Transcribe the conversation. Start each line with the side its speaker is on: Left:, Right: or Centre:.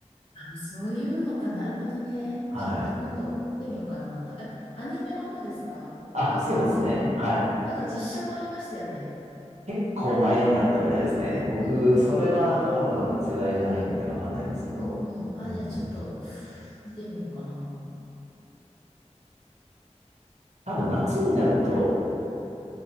Left: あ、そういうのか。なるほどね。
Right: はい。
Left: ちょっと今度見てみようかな、また。え、アニメの方ですか
Right: あ、
Left: ?K
Right: そうですね。
Left: さん好きなの。
Right: はい。
Left: なんか実写もありましたよね。
Right: 結構前にあったみたいですね。僕、
Left: うんうん。
Right: それは多分世代じゃないんでわかんないんですけど、
Left: ああ、うんうん。あじゃあちょっと
Right: うん。
Left: 見てみようかな。
Right: 多分夏になると、